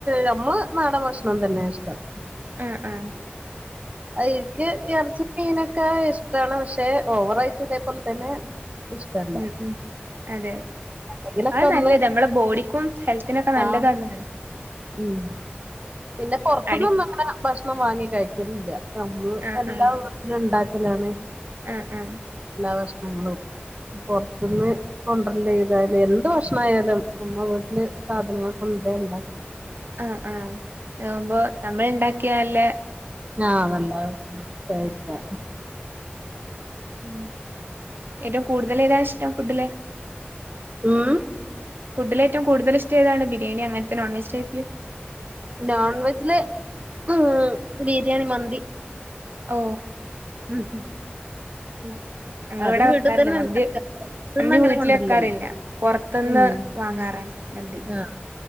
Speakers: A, on the right; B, on the right.
A: നമ്മൾ നാടൻ ഭക്ഷണം തന്നെയാ ഇഷ്ടം
B: ആ ആഹ്
A: ഇൻക്ക് എറച്ചി മീനൊക്കെ ഇഷ്‌ ടാണ് പക്ഷെ ഓവറയിട്ട് ഇതേപോലെ തന്നെ ഇഷ്ടല്ല
B: ഉം ഉം അതെ
A: എന്തെങ്കിലൊക്കെ
B: അത്
A: ഒന്ന്
B: നല്ലത് നമ്മളെ ബോഡിക്കും ഹെൽത്തിനൊക്കെ നല്ലതാന്നാണ്
A: ആ ഉം പിന്നെ പുറത്തുനിന്ന്
B: അടി
A: ഒന്നും അങ്ങനെ ഭക്ഷണം ഭക്ഷണം വാങ്ങി കഴിക്കലില്ല നമ്മൾ
B: ആ
A: എല്ലാം
B: ആ
A: വീട്ടില് ഉണ്ടാക്കി ത്തിലാണ്
B: ആ ആ
A: എല്ലാ ഭക്ഷണങ്ങളും പൊറത്തുന്ന് കൊണ്ടരില്ല എന്ത് ഭക്ഷണമായാലും നമ്മള വീട്ടില് സാധനങ്ങൾ കൊണ്ടരാ ഉണ്ടാക്ക
B: അ ആ ആകുമ്പോ നമ്മൾ ഉണ്ടാക്കി ക്കാല്ലേ
A: ആഹ നല്ല ഭക്ഷണാ ക്കാ
B: ഉ ഏറ്റവും കൂടുതൽ ഏതാണ് ഇഷ്ടം ഫുഡില്
A: ഉം
B: ഫുഡിലേറ്റവും കടുതൽ ഇഷ്ടമതാണ് ബിരിയാണി അങ്ങത്തെ നോൺവെജ് ടൈപ്പ്
A: നോൺവെജില് ഉം ബിരിയാണി മന്തി.
B: ഓ
A: ഉം
B: ഉ ഞങ്ങളിവിടെ
A: അതും വീട്ടിൽ
B: വെക്കാറില്ല
A: തന്നെ
B: മന്തി
A: ഉണ്ടാക്ക പൊറത്ത്ന്ന്
B: മന്തി
A: അങ്ങനെ
B: വീട്ടിൽ
A: കൊണ്ടരില്ലല്ലോ
B: വെക്കാറില്ല പൊറത്തുന്ന്
A: ഉം
B: വാങ്ങാറാണ് മന്തി
A: ആഹ്